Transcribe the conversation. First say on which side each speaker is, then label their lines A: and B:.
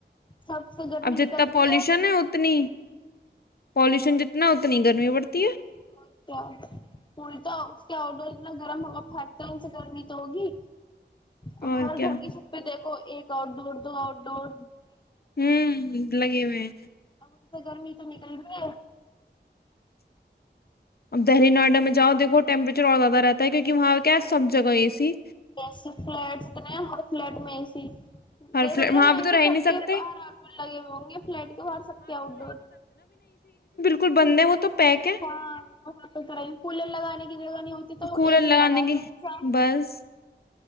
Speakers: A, on the left (about 25°); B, on the left (about 60°).
A: سب سے گرمی
B: اب جتنا
A: نکلتی
B: پالوشن ہے اتنی پالوشن جتنا کتنی گرمی پڑتی ہے
A: اور کیا پ تو اس کے آڈ اتنا گرم ہوا پھاکتے ان سے گرمی تو ہوگی
B: ہے
A: اب
B: اور
A: ہر
B: کیا
A: گھر کی چھت پہ دیکھو ایک تو دور تو
B: ہوں لگے میں
A: اب گرمی تو نکلتی ہے
B: اب دہلی نوئیڈا میں جؤ دیکو ٹمپریچر اور زیادہ رہتا ہے کیونکہ وہاں کیا ہے سب جگہ اے سی
A: ایسے فلیٹ اتنے ہیں ہر فلیٹ میں تھ
B: ہر
A: دیکھو
B: فل
A: گے نا
B: وہاں
A: لائن
B: پہ
A: تو
B: رہ ہی
A: سب
B: نہیں سکتے
A: کے باہر آؤٹ ڈور لگے ہوئے ہوں گے فلٹ کے باہر سب کے آؤٹ ڈور
B: ک بندے وہ تو پیک ہے
A: ہاں وہ تو کرائی پل لگانے کی جگہ نہیں ہوتی تو
B: کولر
A: ایک
B: لگانے
A: ہی لگایا
B: کی
A: گیا ایسا
B: بس